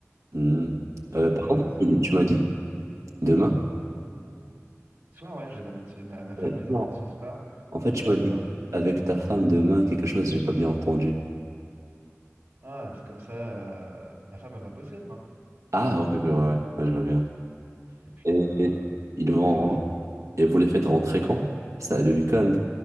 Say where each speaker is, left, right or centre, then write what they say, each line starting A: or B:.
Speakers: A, on the right; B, on the right.
A: Hmm. Euh,
B: Donc
A: pardon,
B: voilà, c'est-
A: tu tu m'as dit demain?
B: ce soir, ouais, je les emmène, ce- ma, ma femme
A: Euh,
B: les emmène
A: non.
B: ce soir,
A: En fait,
B: comme
A: tu
B: ça,
A: m'as
B: demain.
A: dit avec ta femme demain quelque chose, j'ai pas bien entendu.
B: Ah, c'est comme ça, euh, ma femme, elle va bosser demain.
A: Ah, ok, ok, ouais, ouais, ouais, je vois bien.
B: Et puis,
A: Et,
B: euh,
A: et ils vont
B: et là,
A: ren-
B: au jeu.
A: et vous les faites rentrer quand? Ça, le week-end?